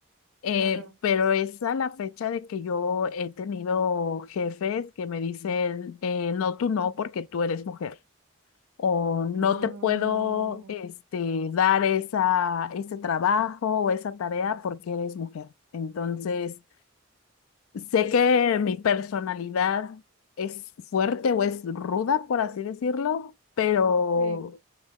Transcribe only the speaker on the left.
Eh,
pero es a la fecha de que yo he tenido jefes que me dicen, eh, no, tú no, porque tú eres mujer. O no
te puedo, este, dar esa, ese trabajo o esa tarea porque eres mujer. Entonces, sé que mi personalidad es fuerte o es ruda, por así decirlo, pero